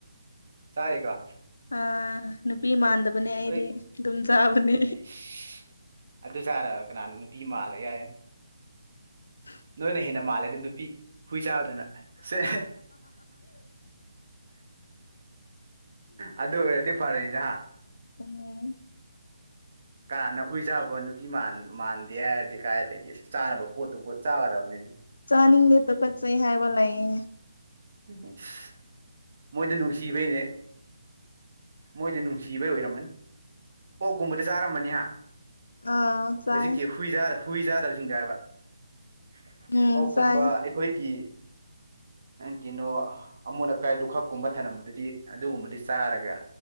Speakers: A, on the right; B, on the left.
A: ꯥꯆꯥꯢꯌꯦ ꯀꫭ꯫
B: ꯑꯥ ꯅꯨꯄꯤ ꯃꯥꯟꯗꯕꯅꯦ ꯑꯩꯗꯤ
A: ꯍꯣꯏ
B: ꯑꯗꯨꯝ ꯆꯥꯕꯅꯦ꯫
A: ꯏꯁ ꯑꯗꯨ ꯆꯥꯔꯑ ꯀꯅꯥꯅ ꯅꯨꯄꯤ ꯃꯥꯜꯂꫭꯏ ꯍꯥꯏ
B: <inaudible>
A: ꯅꯣꯏꯅ ꯍꯦꯟꯅ ꯃꯥꯜꯂꯦꯗ ꯅꯨꯄꯤ ꯍꯨꯏ ꯆꯥꯕꯗꯨꯅ ꯁꯦ꯫ ꯑꯗꯨ ꯑꯣꯏꯔꯗꯤ ꯐꯔ‌ꯦꯅ‌ꯦ ꯍꯥ‌꯫
B: <unintelligible>
A: ꯀꯥꯅ ꯍꯨꯏ ꯆꯥꯕ ꯅꯨꯄꯤ ꯃꯥꯟ ꯃꯥꯟꯗꯦ ꯍꯥꯏꯔꯗꯤ ꯀꯥꯏꯗꯒꯤ꯫ ꯆꯥꯅꯕ ꯄꯣꯠꯇꯨꯕꯨ ꯆꯥꯒꯗꯕꯅꯦ꯫
B: ꯆꯥꯅꯤꯡꯗ‌ꯦ ꯇꯨꯀꯠꯆꯩ ꯍꯥꯏꯕ ꯂꯩꯌ‌ꯦ꯫
A: ꯢꯁ ꯃꯣꯏꯗꯤ ꯅꯨꯡꯁꯤꯕꯩꯅꯦ꯫ ꯃꯣꯏꯗꯤ ꯅꯨꯡꯁꯤꯕꯩ ꯑꯣꯢꯔꯝꯃꯅꯤ ꯑꯣꯛꯀꯨꯝꯕꯗꯤ ꯆꯥꯔꯝꯃꯅꯤ ꯍꯥ꯫
B: ꯑꯥ ꯆꯥꯏ
A: ꯍꯧꯖꯤꯛꯀꯤ ꯍꯨꯏ ꯍꯨꯏ ꯆꯥꯗꯕ ꯍꯨꯢ ꯆꯥꯗꯕꯁꯤꯡꯗ ꯍꯥꯏꯕ꯫ ꯑꯣꯛ
B: ꯎꯝ ꯆꯥꯏ
A: ꯀꯨꯝꯕ ꯑꯈꯣꯏꯒꯤ꯫ ꯀꯩꯅꯣ ꯑꯃꯣꯠ ꯑꯀꯥꯏꯗꯨꯈꯛꯀꯨꯝꯕ ꯊꯝꯝꯕꯗꯨꯗꯤ ꯑꯗꯨꯒꯨꯝꯕꯗꯤ ꯆꯥꯔꯒ꯫